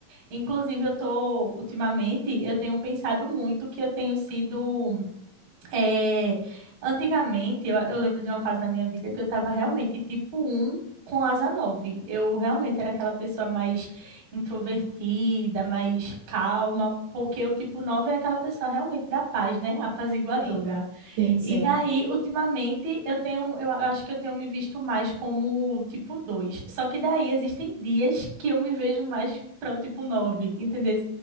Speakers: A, on the right (about 60°); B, on the right (about 75°).
A: Inclusive, eu tô, ultimamente, eu tenho pensado muito que eu tenho sido é, antigamente, eu, eu lembro de uma fase da minha vida que eu estava realmente tipo um com asa nove. Eu realmente era aquela pessoa mais introvertida, mais calma, porque o tipo nove é aquela pessoa realmente da paz, né? Apaziguadora.
B: sim, sim, sim.
A: E daí, ultimamente, eu tenho, eu a- acho que eu tenho me visto mais como tipo dois Só que daí existem dias que eu me vejo mais para o tipo 9, entendeu?